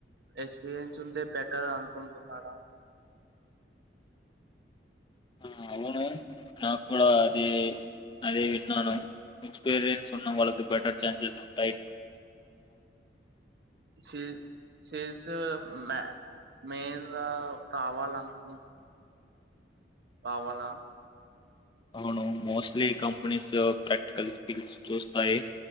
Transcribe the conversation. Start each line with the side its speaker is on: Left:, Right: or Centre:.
Right: ఎక్స్పీరియన్స్ ఉంటే బెటర్ అనుకుంటున్నారా.
Left: ఆహ్ అవును నాకు కూడా అదే. అదే విన్నాను ఎక్స్పీరియన్స్ ఉన్న వాళ్ళకి బెటర్ ఛాన్సెస్ ఉంటై
Right: చ్ చేసే మ్యా మెయిన్గా కావాలంకు కావాలా
Left: అవ్ను మోస్ట్లీ కంపెనీస్ ప్రాక్టికల్ స్కిల్స్ చూస్తాయి.